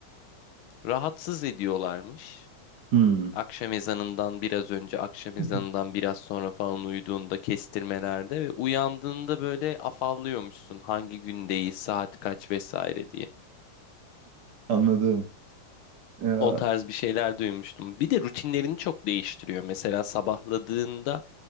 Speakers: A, on the left (about 75°); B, on the right (about 60°).
A: rahatsız ediyorlarmış.
B: Hmm.
A: Akşam ezanından biraz önce, akşam
B: <laughs>
A: ezanından biraz sonra falan uyuduğunda kestirmelerde ve uyandığında böyle afallıyormuşsun hangi gündeyiz, saat kaç vesaire diye.
B: Anladım. Ya.
A: O tarz bir şeyler duymuştum. Bir de rutinlerini çok değiştiriyor. Mesela sabahladığında